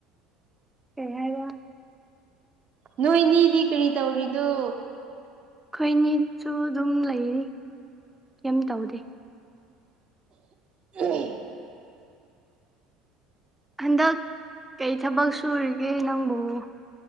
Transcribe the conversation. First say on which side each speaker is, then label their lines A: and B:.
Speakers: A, in the centre; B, on the right (about 40°).
A: ꯀꯩ ꯍꯥꯏꯕ
B: ꯅꯣꯏꯅꯤꯗꯤ ꯀꯔꯤ ꯇꯧꯔꯤꯅꯣ
A: ꯑꯩꯈꯣꯏꯅꯤꯁꯨ ꯑꯗꯨꯝ ꯂꯩꯔꯤ ꯀꯩꯝ ꯇꯧꯗꯦ
B: ꯎꯝ
A: ꯍꯟꯗꯛ ꯀꯩ ꯊꯕꯛ ꯁꯨꯔꯤꯒꯦ ꯅꯪꯕꯨꯕꯨ